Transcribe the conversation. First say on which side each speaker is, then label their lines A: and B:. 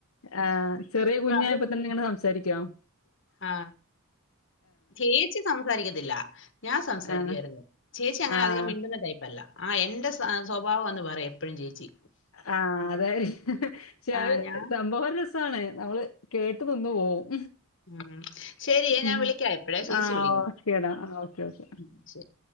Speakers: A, on the left (about 75°); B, on the left (about 60°).
A: ആ ചെറിയ
B: അപ്പൊ
A: കുഞ്ഞായപ്പ
B: അവര്
A: തന്നെ ഇങ്ങനെ സംസാരി <unintelligible>
B: ആ ചേച്ചി സംസാരിക്കത്തില്ല ഞാൻ സംസാരിക്കുയിരുന്നു
A: ആഹ്
B: ചേച്ചി അങ്ങനെ
A: ആഹ്
B: അധികം മിണ്ടുന്ന ടൈപ്പല്ല ആ എന്റെ സ്വഭാവാ എന്ന് പറി എപ്പോഴും ചേച്ചി
A: ആ അതായി ഷേ
B: ആ
A: അഹ്
B: ഞാൻ
A: സംഭവം രസ സാണ് നമ്മള് കേട്ട് നിന്ന് പോവും
B: ഉം ശരി ഞാൻ
A: ഉം
B: വിളിക്ക എപ്പഴേ ചേച്ചി
A: ആഹ്
B: വിളിക്കുന്നു
A: ഓക്കേടാ ആഹ് ഓക്കെ ഓക്കെ
B: ഉം ശരി